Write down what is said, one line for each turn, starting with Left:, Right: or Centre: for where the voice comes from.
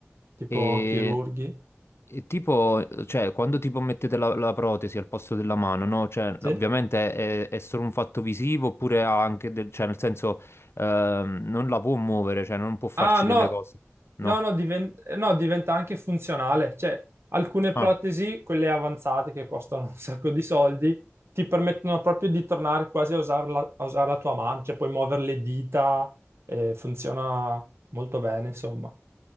Right: tipo
Left: E-
Right: chirurghi.
Left: e tipo, cioè quando tipo mettete la, la protesi al posto della mano, no? Cioè
Right: Sì.
Left: no, ovviamente è, è solo un fatto visivo oppure ha anche, del, cioè nel senso ehm, non la può muovere, cioè non può farci
Right: Ah, no,
Left: delle cose, no?
Right: no, no, diven- no, diventa anche funzionale. Cioè, alcune
Left: Ah.
Right: protesi, quelle avanzate che costano <laughs> un sacco di soldi, ti permettono proprio di tornare quasi a usare la, a usare la tua mano, cioè puoi muovere le dita, eh, funziona molto bene, insomma.